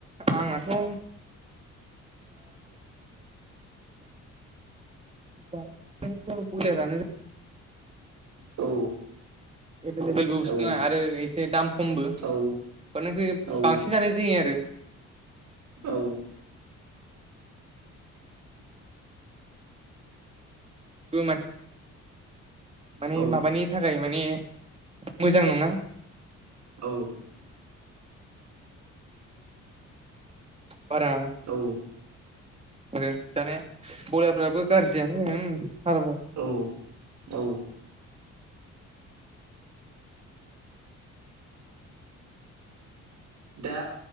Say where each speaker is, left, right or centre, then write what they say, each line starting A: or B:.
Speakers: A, on the right (about 20°); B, on the right (about 75°).
A: आंनाथ' ओ बांसिन बयलारयानो जा
B: औ
A: एभेलेबेलबो बुसथुना
B: औ
A: आरो एसे दाम खमबो अख
B: औ
A: बांसिन
B: औ
A: जानाय जायो आरो
B: औ
A: मान माने
B: औ
A: माबानि थाखाय माने मोजां नङा
B: औ
A: बारा
B: औ
A: आरो जानाया बरयाफ्राबो गाज्रियानो हारामाव
B: औ औ दा